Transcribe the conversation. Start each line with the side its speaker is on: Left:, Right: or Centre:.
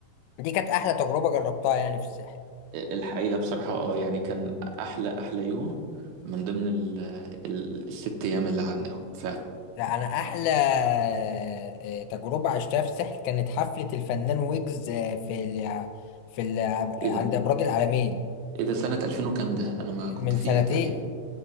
Left: دي كانت احلى تجربه جربتها يعني في الساحل
Right: آه، الحقيقة بصراحة اه يعني كان أحلى أحلى يوم من ضمن ال ال الست أيام اللي قعدناهم فعلا
Left: لا انا احلى آه، تجربه عشتها في الساحل كانت حفله الفنان ويجز آه، في ال... في ال... عند
Right: إيه ده
Left: ابراج العالمين
Right: إيه ده سنة 2000 وكام ده أنا ما كنت
Left: من
Right: فيها
Left: سنتين
Right: تقريبا